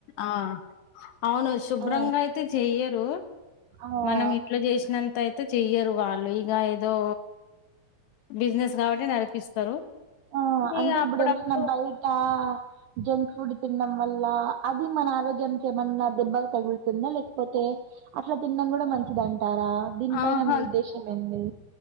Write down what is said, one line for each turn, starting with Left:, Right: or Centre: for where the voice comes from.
Left: ఆ అవును శుభ్రంగా
Right: ఆ
Left: అయితే చెయ్యరు
Right: ఆ
Left: మనం ఇట్ల చేసినంత అయితే చెయ్యరు వాళ్ళు ఇక ఏదో బిజినెస్ కాబట్టి నడిపిస్తారు
Right: ఆ
Left: ఇగ
Right: అంటే
Left: అప్పుడప్పుడు
Right: ఇప్పుడు ఏమైన్నా బయట జంక్ ఫుడ్ తిన్నడం వల్ల అది మన ఆరోగ్యంనికి ఏమన్నా దెబ్బగా తగులుతుందా లేకపోతే అట్లా తి కూడా మంచిది అంటారా దీనిపైన
Left: ఆహా
Right: మీ ఉద్దేశం ఏంది